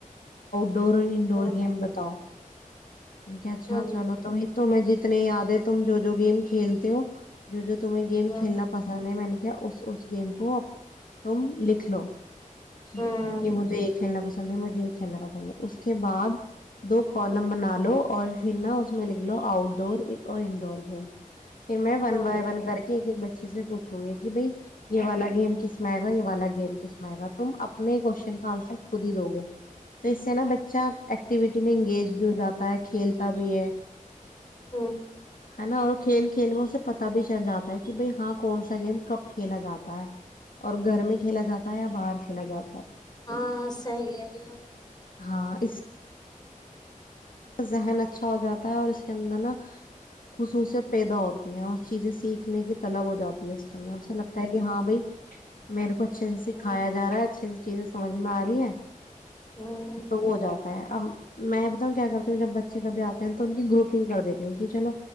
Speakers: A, on the left; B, on the left.
A: ڈور اور انڈور
B: ہوں
A: گیم بتاؤ <inaudible> نیک اچھا
B: ہوں
A: چلو تو تمہیں جتنے یاد ہے تم جو جو گیم کھیلتے ہو جو جو تمہیں گیم
B: ہوں
A: کھیلنا پسند ہے میں نے کیا اس اس گیم کو تم لکھ لو <inaudible>
B: ہوں
A: یہ مجھے ایک کھیلنا پسند ہے مجھے یہ کھیلنا پسند ہے اس کے بعد دو کالم بنا لو اور پھر نا اس میں لکھ لو آؤٹ ڈور اور انڈور گیم پھر میں ون
B: ہوں
A: وائے ون کر کے ایک ایک بچے اچھے سے پوچھوں گی کہ بھائی یہ والا گیم کس مئے گا یہ والا گیم کسمئے گا تم اپنے کوشن کا آنسر خود ہی دو گے تو اس سے نا بچہ ایکٹیویٹی میں انگیج بھی ہو جاتا ہے کھیلتا بھی ہے
B: ہاں
A: ہے نا اور کھیل کھیل میں سے پتا بھی چل جاتا ہے کہ بھائی ہاں کون سا گیم کب کھیلا جاتا ہے اور گھر میں کھیلا جاتا یا باہر سے لگا
B: ہاں صیح رہ
A: ہاں اس ذہن اچھا ہو جاتا ہے اور اس کے اندر نا خصوصیت پیدا ہوتی ہے اور چیزیں سیکھنے کی طلب ہو جاتی ہے اس کے اندر اسسا لگتا ہے کہ ہاں بھائی میرے کو اچھے سے
B: ہوں
A: سکھایا جا رہا ہے اچھے سے چیزیں سمجھ میں آ رہی ہیں
B: ہوں
A: تو ہو جاتا میں کیا کرتی ہوں جب بچے کبھی آتے ہیں تو ان کی گروپنگ کر دیتی ہوں کہ چلو